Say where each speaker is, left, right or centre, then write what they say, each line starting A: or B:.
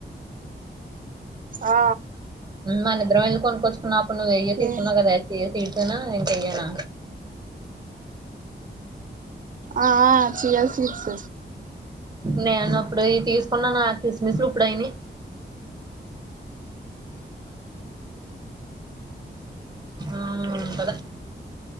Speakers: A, on the right; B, on the right.
A: ఆ
B: మా నిద్రం వెళ్ళి కొనుక్కొచ్చుకున్న అప్పుడు నువ్వు వెయ్య తీకున్నావు
A: ఏ
B: కదా చియ సీడ్నానా ఇంక ఇయ్యానా
A: ఆ ఆ చియా సీడ్స్
B: నేను అప్పుడు తీసుకున్నా నా క్రిస్మిస్లు ఇప్పుడు అయిని ఆ ఇవ్వలే